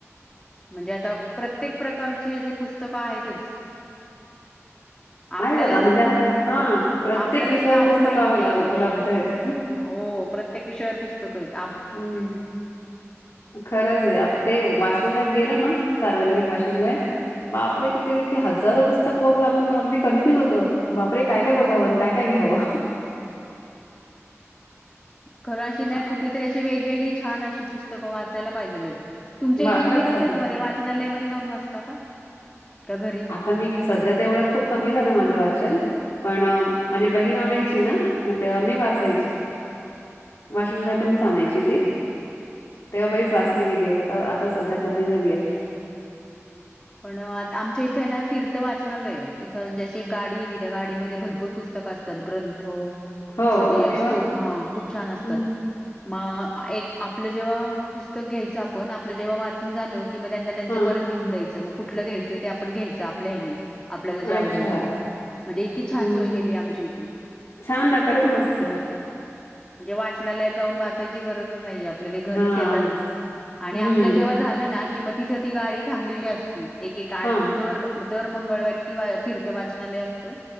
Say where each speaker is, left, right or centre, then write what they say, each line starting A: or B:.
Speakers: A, on the left; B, on the left.
A: म्हणजे आता प्रत्येक प्रकारची अशी पुस्तकं आहेतच. आपल्यालाच
B: आहेच आता म्हणजे आता
A: कुट
B: हा
A: हो
B: प्रत्येक
A: आपल्यालाच
B: विषयावर
A: नाव
B: पुस्तक
A: माहित नाहीयेत.
B: उपलब्ध आहेत
A: हो. हो. प्रत्येक विषयावर पुस्तकायत.
B: हम्म. खरंचये आप ते वाचणालयात गेलो ना. सार्वजनि वाचनालय बापरे तिथे तथे हजारो पुस्तक बघून आपण नोंदणी करू कन्फ्युज होतो. बापरे काय काय बघावं? काय काय घ्यावं?
A: खरं अशी नाही
B: अ,
A: कुठली तरी अशी वेगवेगळी छान अशी पुस्तकं वाचायला पाहिजेलेत. तुमच्या
B: वा
A: इथे तुम्ही
B: खरंच
A: कशा
B: वाचलंय.
A: मध्ये वाचनालयामध्ये जाऊन वाचता का? का घरी?
B: आता मी सध्या तेवढ्यात खूप कमी झालं माझं वाचन. पण माझी बहीण आणायची ना. म तेव्हा मी वाचायचे. वाचनालयातूनच आणायची ती. तेव्हा बरीच वाचली गेलीयेत. आता आता सध्या कमी झालीयेत.
A: पण आमच्या इथ ना फिरतं वाचनालय तिथं जशी एक गाडी येत त्या गाडीमध्ये भरपूर पुस्त क असतात. ग्रंथ
B: हो,
A: छोटी
B: अरे
A: स्टो
B: वाह!
A: हा खूप छान असतात.
B: हं,
A: म एक आपलं जेव्हा पुस्तक घ्यायचं आपण आप लं जेव्हा वाचून झालं कि मग त्यांना त्यांच
B: हां.
A: परत नेहून द्यायचं. मग कुठलं घ्यायचं ते आपण घ्यायच आपल्या हेनी. आपल्याला जे आवडल
B: अच्छा.
A: ते म्हणजे इतकी छान
B: हं.
A: सोय केली आमच्या इथं.
B: छान ना खरंच मस्तय.
A: म्हणजे वाचनालयात जाऊन वाचायची गरजच नाही आप -- आप ते घरीच
B: हां.
A: येतात आणि
B: हं.
A: आपलं जेव्हा झालं ना कि म तिथं ती गाडी थांबलेली अस ची एक एक आठ
B: हां,
A: दर दर मंगळवारी ती वा फिरतं वाचनालय असतं.